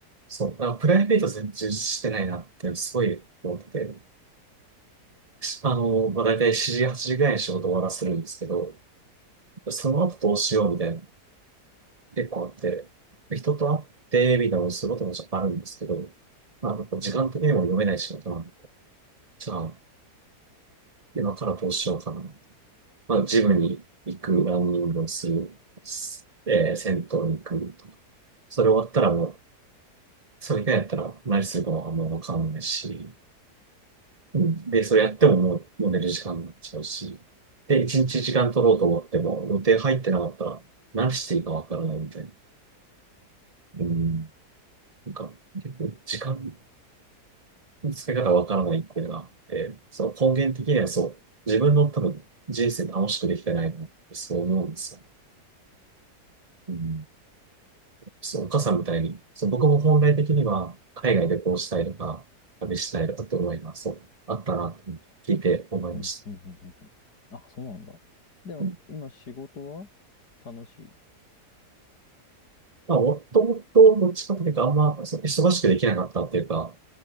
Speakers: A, on the right; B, on the left.
A: そう、だからプライベート全然充実してないなって、すごい思ってて、あの、まあ、大体7時、8時ぐらいに仕事終わらせるんですけど、その後どうしようみたいな結構あって、人と会ってみたいなのをすることもあるんですけど、まあ、こ時間的にも読めない仕事なんで、じゃあ、今からどうしようかな。まあ、ジムに行く、ランニングをする、すえー、銭湯に行くとか。それ終わったらもう、それ以外やったら何するかはあんまわかんないし、うんで、それやってももう、もう寝る時間になっちゃうし、で、一日時間取ろうと思っても、予定入ってなかったら、何していいかわからないみたいな。うん、なんか、結構時間使い方わからないっていうのがあって、その根源的にはそう、自分の多分人生楽しくできてないなってそう思うんですよ。うん、そう、お母さんみたいに、そう僕も本来的には海外でこうしたいとか、旅したいとかって思いがそう、あったなって聞いて思いました。
B: うん、うん、うん、うん。うんあ、そうなんだ。でも、
A: うん
B: 今仕事は楽しい。
A: まあ、もともとどっちかというとあんまそう忙しくできなかったっていうか、